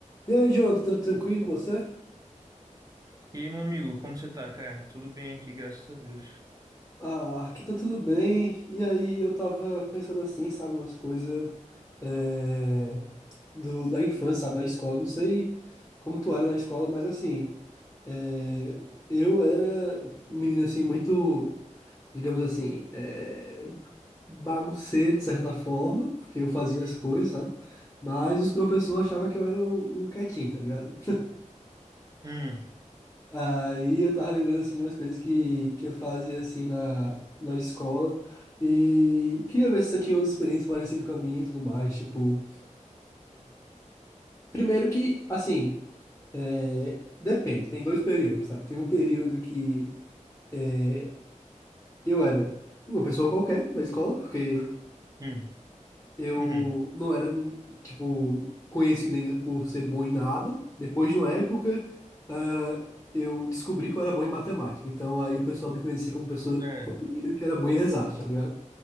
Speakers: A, on the left (about 20°); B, on the right (about 25°).
A: E aí, Jonathan, tudo tranquilo com você?
B: E aí, meu amigo, como você tá, cara? Tudo bem aqui, graças a Deus.
A: Ah, aqui tá tudo bem. E aí, eu tava pensando assim, sabe, umas coisas é, do- da infância, sabe, da escola. Não sei como tu era na escola, mas assim, é, eu era um menino assim, muito, digamos assim, é, bagunceiro de certa forma, porque eu fazia
B: Hum,
A: as coisas, sabe? Mas os professores achavam que eu era o um quietinho, tá ligado?
B: hum,
A: Aí eu tava lembrando assim de umas coisas que, que eu fazia assim na, na escola e queria ver se você tinha umas experiências parecidas com a minha e tudo mais. Tipo, primeiro que, assim, é, depende, tem dois períodos, sabe? Tem um período que é, eu era uma pessoa qualquer da escola, porque
B: hum,
A: eu
B: uhum.
A: não era, tipo, conhecido ainda por ser bom em nada. Depois de uma época, ah, eu descobri que eu era bom em matemática. Então aí o pessoal me conhecia como pessoa
B: É.
A: menino que era bom em exatas, tá ligado?